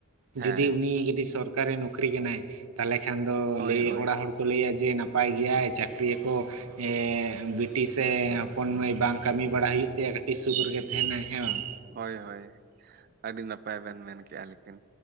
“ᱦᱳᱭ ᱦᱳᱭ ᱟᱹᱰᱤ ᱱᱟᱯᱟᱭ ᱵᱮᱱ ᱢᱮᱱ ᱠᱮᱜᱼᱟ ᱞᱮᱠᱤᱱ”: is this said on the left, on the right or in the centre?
Right